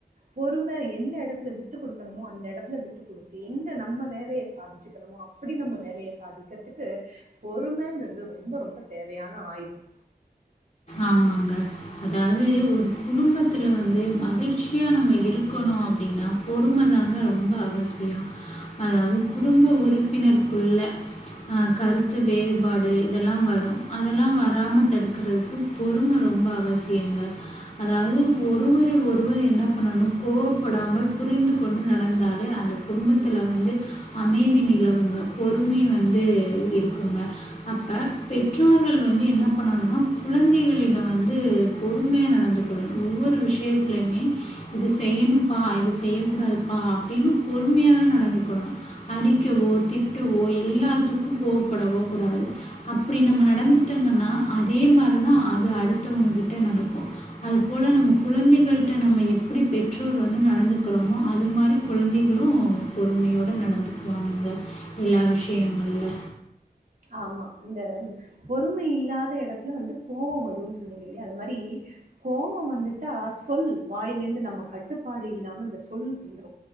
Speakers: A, on the right; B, on the left.
A: பொறும எந்த எடத்துல விட்டு குடுக்கணுமோ அந்த எடத்துல விட்டு குடுத்து எங்க நம்ம வேலய சாதிச்சுக்கணுமோ அப்படி நம்ம வேலய சாதிக்றதுக்கு பொறுமன்றது ரொம்ப ரொம்ப தேவையான ஆயுதம்
B: ஆமாங்க அதாவது ஒரு குடும்பத்துல வந்து மகிழ்ச்சியா நம்ம இருக்கணு அப்டின்னா பொறும தாங்க ரொம்ப அவசியோ அதாவது குடும்ப உறுப்பினருக்குள்ள அ கருத்து வேறுபாடு இதலா வரு அதலா வராம தடுக்குறதுக்கு பொறும ரொம்ப அவசியங்க அதாவது ஒருவரை ஒருவர் என்ன பண்ணணு கோவப்படாமல் புரிந்து கொண்டு நடந்தாலே அந்த குடும்பத்துல வந்து அமைதி நிலவுங்க பொறுமை வந்து இருக்குங்க அப்ப பெற்றோர்கள் வந்து என்ன பண்ணணும்னா குழந்தைகளிடோ வந்து பொறுமையா நடந்துக்கொள்ளணு ஒவ்வொரு விஷயத்துலயுமே இது செய்யணும்ப்பா இது செய்யக்கூடாதுப்பா அப்டின்னு பொறுமையா தா நடந்துக்கொள்ளணு அடிக்கவோ திட்டவோ எல்லாத்துக்கு கோவப்படவோ கூடாது அப்டி நம்ம நடந்துட்டேங்கன்னா அதே மாரி தா அது அடுத்தவங்க கிட்ட நடக்கு அது போல நம்ம குழந்தைகள்ட்ட நம்ம எப்டி பெற்றோர் வந்து நடந்துக்குறோமோ அது மாரி குழந்தைகளு பொறுமையோட நடந்துக்குவாங்கங்க எல்லா விஷயங்கள்ல
A: ஆமா அந்த பொறுமை இல்லாத எடத்துல வந்து கோவ வரும்ன்னு சொன்னீங்க இல்லையா அது மாரி கோவ வந்துட்டா சொல் வாயில இருந்து நம்ம கட்டுப்பாடு இல்லாம அந்த சொல் வந்துரு